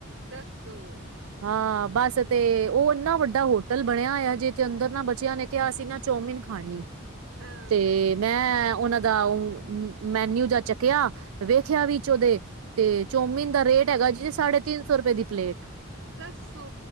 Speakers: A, on the right; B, on the right.
A: ਦੱਸੋ।
B: ਹਾਂ ਬਸ ਤੇ ਉਹ ਇੰਨਾ ਵੱਡਾ ਹੋਟਲ ਬਣਿਆ ਆਜੇ ਤੇ ਅੰਦਰ ਨਾ ਬਚਿਆ ਨੇ ਕਿਹਾ ਸੀਂ ਨਾ ਚੌਮਿਨ ਖਾਣੇ ਐ।
A: ਹਾਂ।
B: ਤੇ ਮੈਂ ਉਹਨਾਂ ਦਾ ਉ ਮੈਨਿਊ ਜਾਂ ਚੱਕਿਆ ਵੇਖਿਆ ਵਿੱਚ ਉਹਦੇ ਤੇ ਚੌਮਿਨ ਦਾ ਰੇਟ ਹੈਗਾ ਜੀ ਸਾਢੇ ਤਿੰਨ ਸੌ ਰੁਪਏ ਦੀ ਪਲੇਟ।
A: ਦੱਸੋ